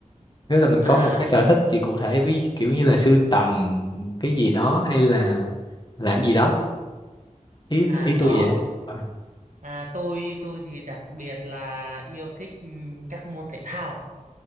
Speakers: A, on the left (about 35°); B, on the right (about 70°).
A: Nếu là mình
B: À
A: có một cái sở thích gì cụ thể ví kiểu như là sưu tầm cái gì đó hay là làm gì đó. Ý
B: à
A: ý tôi
B: có.
A: vậy đó. Ờ.
B: À tôi tôi thì đặc biệt là yêu thích ừ, các môn thể thao.